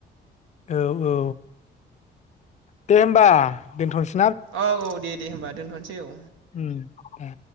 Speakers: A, on the left; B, on the right.
A: औ औ दे होमबा दोनथनोस
B: औ औ दे दे होनबा दोनथनि सेउ
A: उम आ।